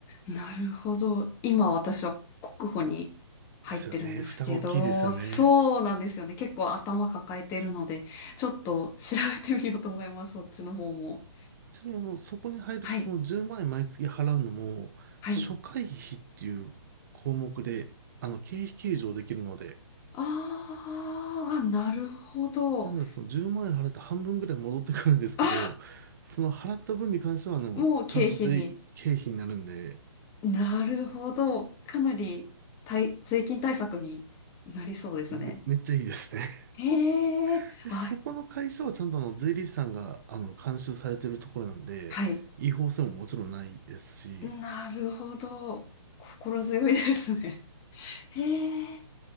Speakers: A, on the left; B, on the right.
A: なるほど。今私は国保に入ってるんですけど、
B: ですよね。負担大きいですよね。
A: そうなんですよね。結構頭抱えてるので、ちょっと調べてみようと思います。そっちの方も。
B: ちなみにあの、そこに入るとその10万円毎月払うのも、
A: はい、はい。
B: 初回費っていう項目で、あの、経費計上できるので、
A: ああ、なるほど。
B: なのでその10万円払って半分ぐらい戻ってくるんですけど、
A: あ
B: その払った分に関してはあの、
A: もう経費に
B: ちゃんと税、経費になるんで、
A: なるほど。かなり対税金対策になりそうですね。
B: め、めっちゃいいですね。
A: へえ、
B: <laughs> で、
A: はい、
B: そこの会社はちゃんとあの、税理士さんがあの、監修されてるところなんで、
A: はい。
B: 違法性ももちろんないですし、
A: なるほど。心強いですね。へえ、